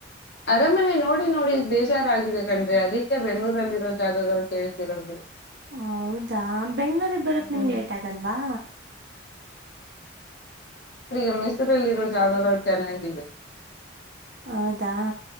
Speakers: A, on the left; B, on the right.
A: ಅರಾಮನೆ ನೋಡಿ ನೋಡಿ ದೇೇಶ ಾರ ಆಗಿದೆ ನ್ಿ ಅದಕ್ಕೆ ಬೆಂಗಳೂರಲ್ಲಿ ಇರೋ ಜಾಗಗಳು ಕೇಳ್ತಿರೋದು
B: ಹೌದಾ ಬೆಂಗ್ಗಳೂರಿಗೆ ಬರಕ್
A: ಹ್ಮ್
B: ನಿಮ್ಗೆ ಲೇಟ್ ಆಗಲ್ವಾ
A: ಈಗ ಮೈಸೂರಿಲ್ಲಿ ಇರೋ ಜಾಗಗಳು ಚೆನ್ನಾಗಿದೆ
B: ಹೌದಾ